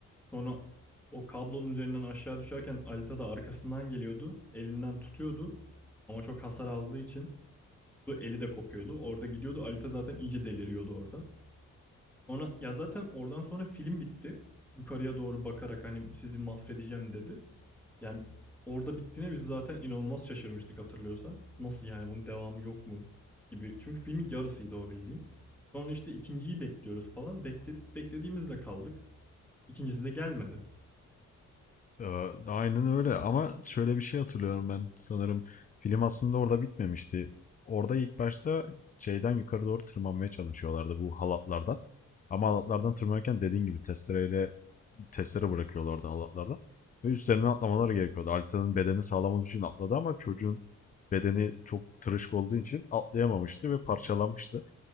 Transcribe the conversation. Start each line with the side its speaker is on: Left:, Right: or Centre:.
Centre: Sonra o kablonun üzerinden aşağı düşerken Alita da arkasından geliyordu. Elinden tutuyordu. Ama çok hasar aldığı için bu eli de kopuyordu. Orada gidiyordu. Alita zaten iyice deliriyordu orada. Sonra ya zaten oradan sonra film bitti. Yukarıya doğru bakarak hani sizi mahvedeceğim dedi. Yani orada bittiğine biz zaten inanılmaz şaşırmıştık hatırlıyorsan. Nasıl yani bunun devamı yok mu gibi. Çünkü filmin yarısıydı o bildiğin. Sonra işte ikinciyi bekliyoruz falan. Bekledik beklediğimizde kaldık. İkincisi de gelmedi.
Left: Ya, Aynen öyle ama şöyle bir şey hatırlıyorum ben sanırım film aslında orada bitmemişti. Orada ilk başta şeyden yukarı doğru tırmanmaya çalışıyorlardı bu halatlardan. Ama halatlardan tırmanırken dediğin gibi testereyle testere bırakıyorlardı halatlardan. Ve üstlerine atlamaları gerekiyordu. Alita'nın bedeni sağlam olduğu için atladı ama çocuğun bedeni çok tırışık olduğu için atlayamamıştı ve parçalanmıştı.